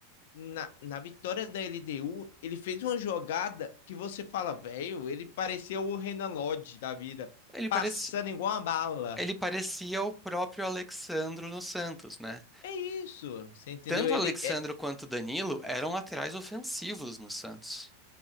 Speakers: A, on the left; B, in the centre.
A: na, na vitória da LDU, ele fez uma jogada que você fala, velho, ele parecia o Renan Lodge da vida,
B: Ele
A: passando
B: parecia
A: igual uma bala.
B: ele parecia o próprio Alexandro no Santos, né?
A: É isso, você entendeu?
B: Tanto
A: Ele
B: o Alexandro
A: é-
B: quanto o Danilo eram laterais ofensivos no Santos.